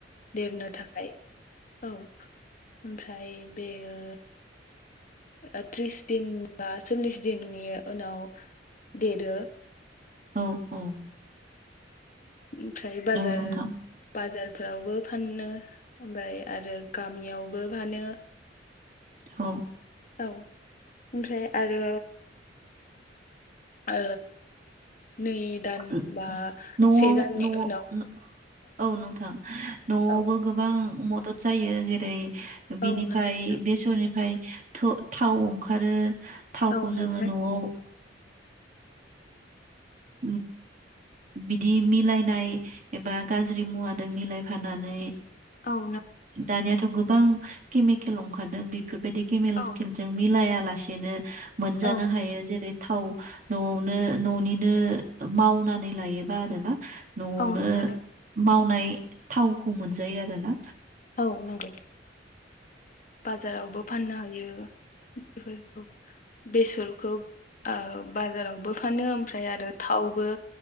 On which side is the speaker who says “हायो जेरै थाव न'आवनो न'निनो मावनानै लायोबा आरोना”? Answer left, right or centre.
Right